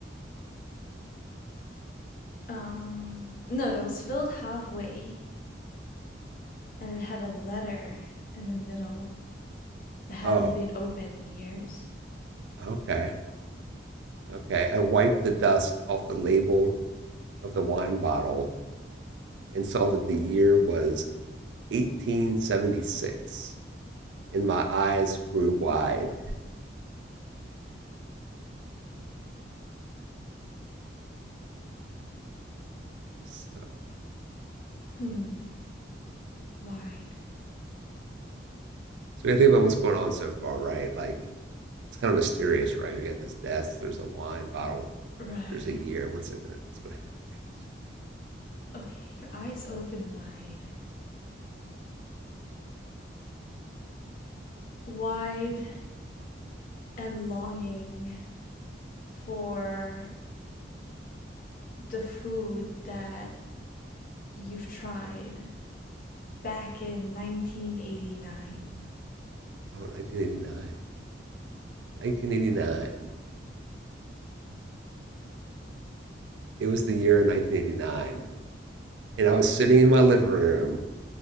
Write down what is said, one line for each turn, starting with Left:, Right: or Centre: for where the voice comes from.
Left: Um, no, that was filled halfway, and it had a letter in the middle that hadn't
Right: Oh,
Left: been open in years.
Right: okay, okay. I wiped the dust off the label of the wine bottle and saw that the year was 1876, and my eyes grew wide. So, so
Left: Hmm, wide.
Right: we gotta think about what's going on so far, right? Like it's kind of mysterious, right? We got this desk. There's a wine bottle.
Left: Right.
Right: There's a year. What's it gonna What's gonna happen next?
Left: Okay, your eyes open wide. Wide and longing for the food that you've tried back in 1989.
Right: Oh, 1989. 1989. It was the year of 1989, and I was sitting in my living room